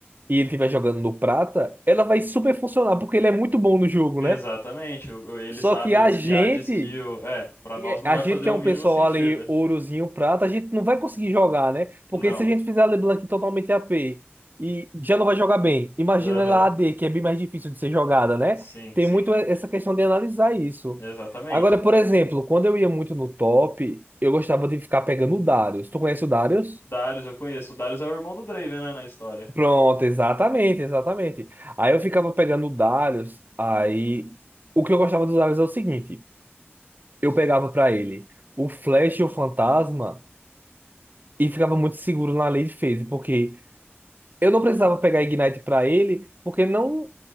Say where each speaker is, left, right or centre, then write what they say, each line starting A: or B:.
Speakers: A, on the right (about 45°); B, on the left (about 65°).
A: e ele estiver jogando no prata, ela vai super funcionar porque ele é muito bom no jogo,
B: Exatamente,
A: né?
B: o- o- ele
A: Só
B: sabe
A: que a
B: desviar
A: gente
B: de skill. É, pra nós não
A: A
B: vai
A: gente
B: fazer
A: que
B: o
A: é um
B: mínimo
A: pessoal
B: sentido.
A: ali, ourozinho, prata, a gente não vai conseguir jogar, né? Porque
B: Não.
A: se a gente fizer a LeBlanc totalmente AP e já não vai jogar bem, imagina
B: Aham.
A: ela A d que é bem mais difícil de ser jogada, né?
B: Sim,
A: Tem
B: sim.
A: muito essa questão de analisar isso.
B: Exatamente.
A: Agora, por exemplo, quando eu ia muito no top, eu gostava de ficar pegando o Darius. Tu conhece o Darius?
B: Darius, eu conheço. O Darius é o irmão do Draven, né, na história.
A: Pronto, exatamente, exatamente. Aí eu ficava pegando o Darius, aí o que eu gostava do Darius é o seguinte, eu pegava pra ele o Flash e o Fantasma E ficava muito seguro na lei de phase, porque eu não precisava pegar Ignite pra ele, porque não